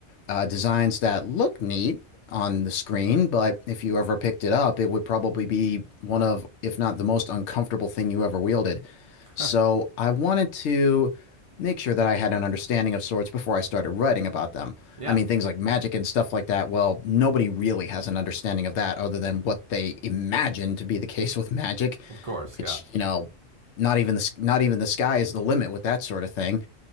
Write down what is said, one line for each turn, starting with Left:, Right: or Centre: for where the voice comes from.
Left: uh, designs that look neat on the screen, but if you ever picked it up, it would probably be one of, if not the most uncomfortable thing you ever wielded.
Right: <laughs>
Left: So I wanted to make sure that I had an understanding of swords before I started writing about them.
Right: yeah.
Left: I mean, things like magic and stuff like that, well, nobody really has an understanding of that other than what they imagine to be the case with magic,
Right: Of course.
Left: which,
Right: Yeah.
Left: you know, not even the, not even the sky is the limit with that sort of thing.